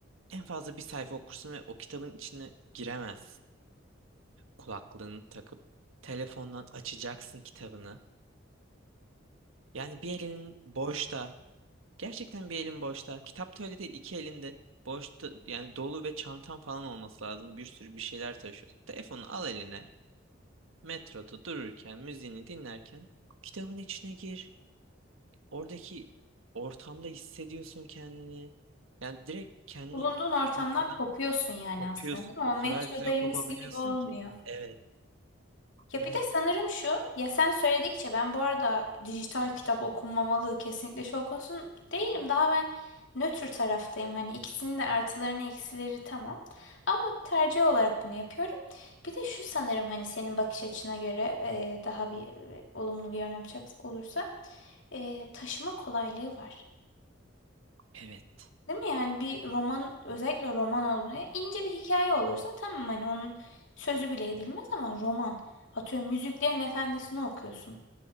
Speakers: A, on the right; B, on the left.
A: en fazla bir sayfa okursun ve o kitabın içine giremez. Kulaklığını takıp telefondan açacaksın kitabını. Yani bir elin boşta. Gerçekten bir elin boşta. Kitap da öyle değil. İki elinde boşta yani dolu ve çantan falan olması lazım. Bir sürü bir şeyler taşıyorsun. Telefonu al eline. Metroda dururken, müziğini dinlerken kitabın içine gir. oradaki ortamda hissediyorsun kendini. Yani direkt kendi
B: Bulunduğun ortamdan
A: metrodan
B: kopuyorsun yani
A: kopuyorsun.
B: aslında değil mi?
A: O
B: O
A: kadar
B: metrodaymışsın
A: güzel kopabiliyorsun
B: gibi olmuyor.
A: ki. Evet,
B: Ya
A: evet,
B: bir de sanırım şu, ya sen söyledikçe ben bu arada dijital kitap okunmamalı kesinlikle şok konusun değilim. Daha ben nötr taraftayım. Hani ikisinin de artılarını eksileri tamam. Ama tercih olarak bunu yapıyorum. Bir de şu sanırım hani senin bakış açına göre e, daha bir e, olumlu bir yorum yapacak olursa e, taşıma kolaylığı var.
A: evet.
B: Değil mi? Yani bir roman özellikle roman olduğunda ince bir hikaye olursa tamam hani onun sözü bile edilmez ama roman. Atıyorum Yüzüklerin Efendisi'ni okuyorsun.